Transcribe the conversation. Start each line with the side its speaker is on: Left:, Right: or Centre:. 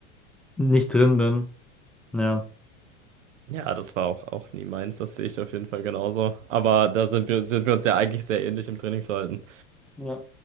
Centre: nicht drin bin. Ja.
Right: Ja, das war auch, auch nie meins, das sehe ich auf jeden Fall genauso. Aber da sind wir, sind wir uns ja eigentlich sehr ähnlich im Trainingsverhalten.
Centre: Ja.